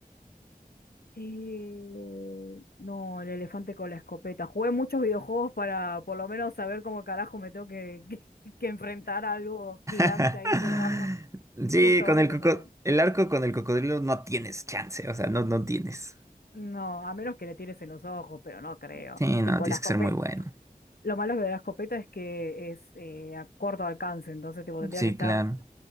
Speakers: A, on the left; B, on the right.
A: Eh, no, el elefante con la escopeta. Jugué muchos videojuegos para por lo menos saber cómo carajo me tengo que, que, <laughs> que enfrentar a algo gigante
B: <laughs>
A: ahí con un arma.
B: Sí,
A: Justo
B: con
A: ahora
B: el
A: que
B: coco-
A: me...
B: el arco con el cocodrilo no tienes chance, o sea, no, no tienes.
A: No, a menos que le tires en los ojos, pero no creo.
B: Sí, no,
A: Tipo,
B: tienes
A: la escopeta...
B: que ser muy bueno.
A: Lo malo de la escopeta es que es eh, a corto alcance, entonces tipo, tendría
B: Sí,
A: que estar
B: claro.